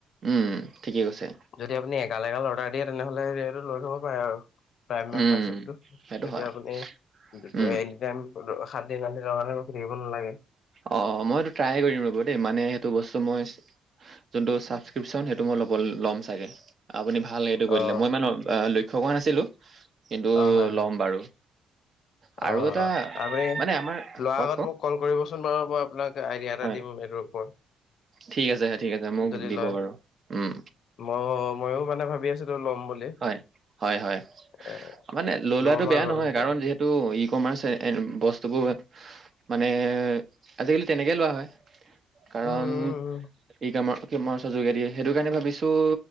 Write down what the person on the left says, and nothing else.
যদি আপুনি এগাল-এগাল অৰ্ডাৰ দিয়ে তেনেহলে সটো লৈ থব পাৰে আৰু। প্ৰাইম মেম্বাৰিপ
তেতিয়া
আপুনি
এনি টাইম সাত দিন আ আঠ দিনৰ কাৰণে ৰখি থাকিব নালাগে।
অ',
অ', হয়, হয়,
অ
আপুনি
লোৱাৰ
আগত
মোক কল কৰিবচোন বাৰু হ'ব আপোনাক আইডিয়া এটা
দিম এইটোৰ ওপৰত।
যদি
লয়
ময়ো-ময়ো মানে ভাবি আছিলো ল'ম। বুলি
এ
ল'ম
আৰু
তেতিয়া
উম, উম, উম,